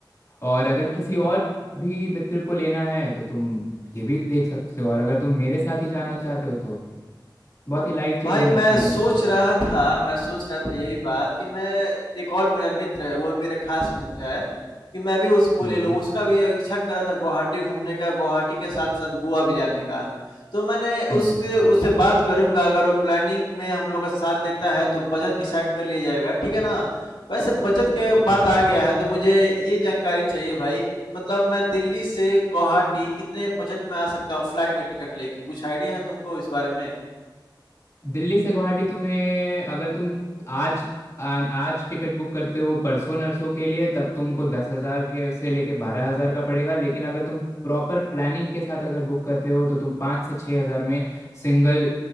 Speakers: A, on the left; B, on the left.
A: और अगर किसी और भी मित्र को लेना है तो तुम ये भी देख सकते हो और अगर तुम मेरे साथ ही जाना चाहते हो तो बहुत ही लाइफ चेंजिंग
B: भाई
A: एक्सपीरियंस
B: मैं सोच
A: होगा
B: रहा
A: ये
B: था मैं सोच रहा था यही बात कि मैं एक और मेरा मित्र है, वो भी मेरा खास मित्र है, कि मैं भी उसको
A: हम्म
B: ले
A: हम्म
B: लूँ। उसका भी इच्छा कर रहा था गुवाहाटी घूमने का, गुवाहाटी के साथ-साथ गोवा भी जाने का। तो मैंने
A: हम्म
B: उसके
A: हम्म,
B: उससे बात करूँगा अगर वो प्लानिंग में हम लोग का साथ देता है तो बजट डिसाइड कर लिया जाएगा, ठीक है ना? वैसे बजट के बात
A: जरूर
B: आ
A: जरूर
B: गया है तो मुझे ये जानकारी चाहिए भाई मतलब मैं दिल्ली से गुवाहाटी कितने बजट में आ सकता हूँ फ्लाइट का टिकट लेके? कुछ आइडिया है तुमको इस बारे में?
A: दिल्ली से गुवाहाटी तुम्हें अगर तुम आज आ, आज टिकट बुक करते हो परसों नरसों के लिए तब तुमको दस हज़ार के से लेके बारह हज़ार का पड़ेगा लेकिन अगर तुम प्रॉपर प्लानिंग के साथ अगर बुक करते हो तो तुम पाँच से छः हज़ार में सिंगल